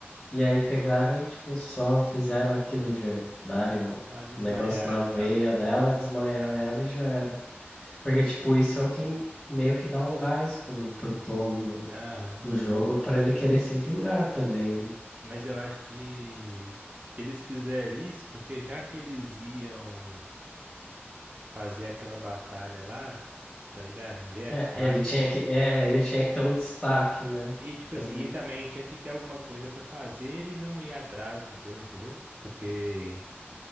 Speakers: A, on the left; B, on the right.
A: e aí pegaram e, tipo, só fizeram aquilo de darem um
B: só desmaiar,
A: um negócio na veia
B: não.
A: dela, desmaiar ela e já era. Porque, tipo, isso é o que meio que dá um gás pro, pro Tommy no
B: Aham.
A: jogo para ele querer se vingar também, né?
B: Mas eu acho que eles fizeram isso porque já que eles iam. fazia aquela batalha lá, tá ligado? Em Jackson
A: É, ele
B: lá, tipo.
A: tinha que, é, ele tinha que ter um destaque, né?
B: E tipo
A: Também.
B: assim, e também tinha que ter alguma coisa pra fazer ele não ir atrás do Joe, entendeu? Porque